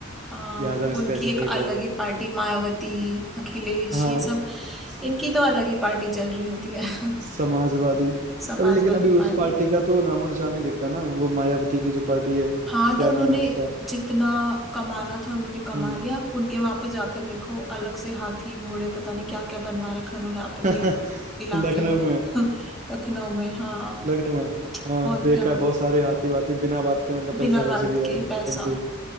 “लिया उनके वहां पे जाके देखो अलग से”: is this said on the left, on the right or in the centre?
Centre